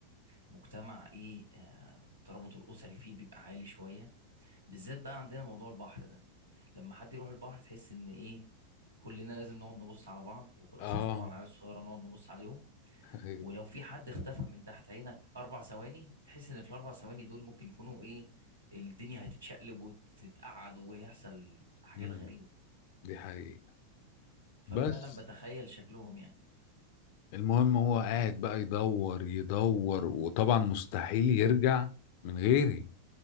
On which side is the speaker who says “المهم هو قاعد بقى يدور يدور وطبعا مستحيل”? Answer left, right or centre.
Left